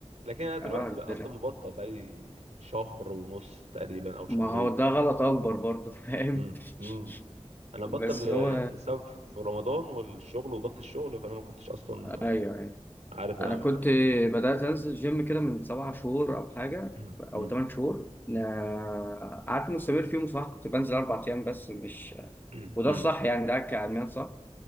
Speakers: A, on the right (about 85°); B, on the left (about 15°).
A: لكن انا دلوقتي
B: اه
A: بقى
B: ده
A: اصلا مبطل بقالي شهر ونص تقريبا او شهرين
B: ما هو ده غلط اكبر برضه فاهم
A: مم.
B: <laughs>
A: مم. انا بطل
B: بس هو
A: آه، لسبب في رمضان والشغل وضغط الشغل فانا ما كنتش اصلا
B: ايوه
A: آه،
B: ايوه
A: عارف اعمل
B: انا كنت
A: حاجه
B: بدات انزل جيم كده من سبع شهور او حاجه
A: مم.
B: او
A: مم.
B: ثمان شهور نا- قعدت مستمر فيهم صح كنت بنزل اربع ايام بس مش
A: مم.
B: وده
A: مم.
B: الصح يعني ده كعلميا صح